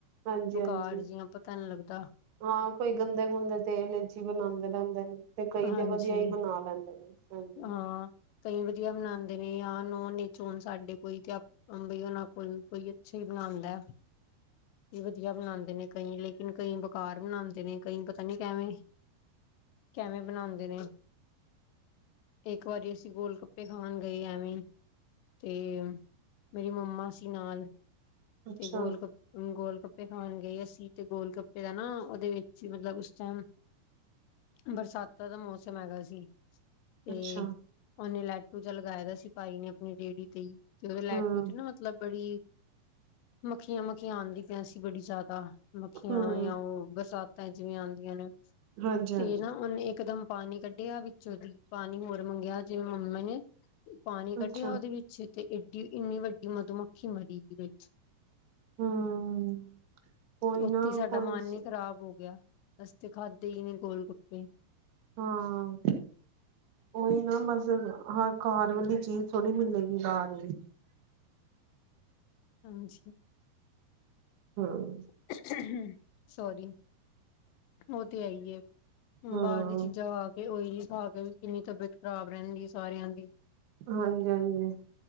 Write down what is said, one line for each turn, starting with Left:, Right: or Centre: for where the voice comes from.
Right: ਹਾਂਜੀ,
Left: ਬੁਕਾਰ
Right: ਹਾਂਜੀ।
Left: ਜਿਹਾ ਪਤਾ ਨੀ ਲੱਗਦਾ
Right: ਹਾਂ ਕੋਈ ਗੰਦੇ ਗੁੰਦੇ ਤੇਲ ਵਿਚ ਬਣਾਉਂਦੇ ਰਹਿੰਦੇ ਨੇ ਤੇ ਕਈ
Left: ਹਾਂਜੀ
Right: ਤੇ ਵਧੀਆ ਹੀ ਬਣਾ ਲੈਂਦੇ ਨੇ ਹਾਂਜੀ।
Left: ਹਾਂ ਕਈ ਵਧੀਆ ਬਣਾਂਦੇ ਨੇ ਜਾਂ ਨੋਨ ਇਚ ਉਨ ਸਾਡੇ ਕੋਈ ਤੇਈ ਉਹਨਾਂ ਕੋਈ, ਕੋਈ ਅੱਛਾ ਹੀ ਬਣਾਂਦਾ, ਵੀ ਵਧੀਆ ਬਣਾਂਦੇ ਨੇ ਕਈ ਲੇਕਿਨ ਕਈ ਬੇਕਾਰ ਬਣਾਂਦੇ ਨੇ ਕਈ ਪਤਾ ਨੀਂ ਕੈਵੇਂ ਕੈਵੇਂ ਬਣਾਉਂਦੇ ਨੇ। ਇੱਕ ਵਾਰੀ ਅਸੀਂ ਗੋਲ ਗੱਪੇ ਖਾਣ ਗਏ ਐਵੇਂ ਈਂ ਤੇ ਮੇਰੀ ਮੰਮਾ ਸੀ ਨਾਲ
Right: ਅੱਛਾ
Left: ਤੇ ਗੋਲ ਕੱਪ ਗੋਲ ਗੱਪੇ ਖਾਣ ਗਏ ਅਸੀਂ ਤੇ ਗੋਲ ਗੱਪੇ ਦਾ ਨਾਂ ਉਹਦੇ ਵਿੱਚ ਮਤਲਬ ਉਸ ਟਾਈਮ ਬਰਸਾਤਾਂ ਦਾ ਮੌਸਮ ਹੈਗਾ ਸੀ। ਤੇ
Right: ਅੱਛਾ
Left: ਉਹਨੇ ਲੈਟ ਲਾਟੂ ਜਿਆ ਲਗਾਇਆ ਦਾ ਸੀ ਭਾਈ ਨੇ ਆਪਣੀ ਰੇਹੜੀ ਤੇ ਈ। ਤੇ ਲੈਟੋ
Right: ਹਮ
Left: ਚ ਨਾ ਮਤਲਬ ਬੜੀ ਮੱਖੀਆਂ-ਮੱਖੀਆਂ ਆਂਦੀ ਪਿਆਆਂ ਸੀ ਬੜੀ ਜ਼ਿਆਦਾ ਮੱਖੀਆਂ
Right: ਹਮ
Left: ਜਾਂ ਉਹ ਬਰਸਾਤ ਜਿਵੇਂ ਆਉਂਦੀਆਂ ਨੇ
Right: ਹਾਂਜੀ ਹਾਂਜੀ
Left: ਤੇ ਨਾ ਉਹਨੇ ਇੱਕ ਦਮ ਪਾਣੀ ਕੱਢਿਆ ਵਿੱਚੋਂ ਦੀ ਪਾਣੀ ਹੋਰ ਮੰਗਿਆ ਜਿਵੇਂ ਮੰਮਾ ਨੇ ਪਾਣੀ ਕੱਢਿਆ
Right: ਅੱਛਾ
Left: ਉਹਦੇ ਵਿੱਚ ਤੇ ਏਡੀ ਇੰਨੀ ਵੱਡੀ ਮਧੂਮੱਖੀ ਮਰੀ ਗਈ ਵਿਚ <unintelligible>
Right: ਹਮ ਕੋਈ
Left: ਤੇ ਉੱਥੇ
Right: ਨਾ
Left: ਸਾਡਾ
Right: ਕੋਈ
Left: ਮਨ ਹੀ ਖ਼ਰਾਬ ਹੋ ਗਿਆ। ਅਸਤੇ ਖਾਧੇ ਈ ਨੀ ਗੋਲਗੱਪੇ।
Right: ਹਾਂ, ਔਹੀ ਨਾ ਬਸ ਹ ਘਾਰ ਵਾਲੀ ਚੀਜ਼ ਥੋੜੀ ਮਿਲੇਗੀ ਬਾਰ ਵੀ‌।
Left: ਹਾਂਜੀ।
Right: ਹਮ
Left: <unintelligible> ਸੋਰੀ। ਔ ਤੇ ਹੈ ਈ ਏ।
Right: ਹਮ
Left: ਬਾਰ ਦੀ ਚੀਜ਼ਾਂ ਖਾ ਕੇ ਔਇਲੀ ਖਾ ਕੇ ਵੀ ਕਿੰਨੀ ਤਬੀਅਤ ਖਰਾਬ ਰੈੰਦੀ ਏ ਸਾਰਿਆਂ ਦੀ।
Right: ਹਾਂਜੀ ਹਾਂਜੀ।